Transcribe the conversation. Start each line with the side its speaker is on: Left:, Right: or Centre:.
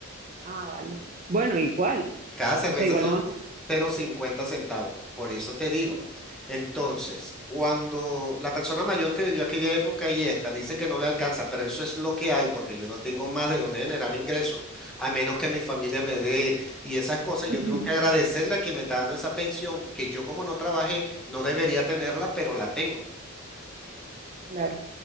Right: ah, vale. Bueno, igual.
Centre: Cada cerveza
Right: O sea, igual
Centre: son
Right: no vas a...
Centre: cero coma cincuenta centavos. Por eso te digo. Entonces, cuando la persona mayor que vivió aquella época y esta dice que no le alcanza, pero eso es lo que hay, porque yo no tengo más de dónde generar ingresos, a menos que mi familia me dé y esas cosas,
Right: Ujú,
Centre: yo tengo que agradecerle a quien me está dando esa pensión, que yo como no trabajé, no debería tenerla, pero la tengo.
Right: Claro,